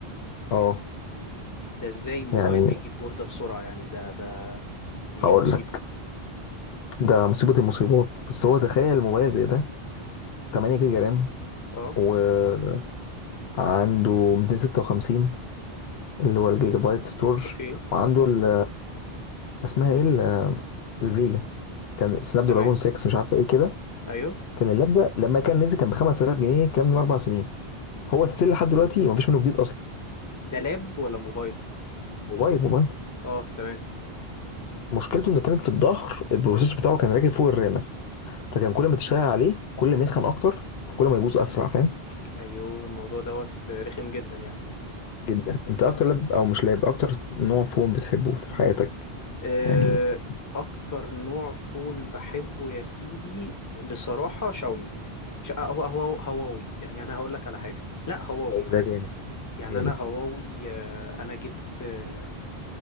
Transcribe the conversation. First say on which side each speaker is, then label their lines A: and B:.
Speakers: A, on the left; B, on the left.
A: أه
B: ده ازاي موبايل
A: يعني
B: بيجيب بوردة بسرعة يعني ده ده دي
A: هقول
B: مصيبة
A: لك ده مصيبة المصيبات بس هو تخيل موبايل زي ده 8 جيجا رام
B: اه
A: وعنده 256 اللي هو الجيجا بايت ستورج
B: اوكي
A: وعنده ال اسمها ايه ال- الفيجا كان سناب
B: تمام
A: دراجون 6 مش عارفه ايه كده
B: ايوه
A: كان اللاب ده لما كان نزل كان ب 5000 جنيه الكلام ده من اربع سنين هو ستيل لحد دلوقتي مفيش منه جديد اصلا
B: ده لاب ولا موبايل
A: موبايل موبايل
B: اه تمام
A: فمشكلته انه كانت في الظهر البروسيسور بتاعه كان راكب فوق الرامه فكان كل ما تشتغل عليه كل ما يسخن اكتر فكل ما يبوظ اسرع فاهم
B: ايوه الموضوع دوت رخم جدا يعني
A: جدا انت اكتر لاب او مش لاب اكتر نوع فون بتحبه في حياتك
B: آه،
A: يعني كويس
B: اكتر نوع فون بحبه يا سيدي بصراحة شاومي ش- آه، هو هو هواوي يعني انا هقول لك على حاجة لا هواوي
A: هو
B: هواوي
A: ده جامد
B: يعني
A: جامد
B: انا هواوي آه، انا جبت آه،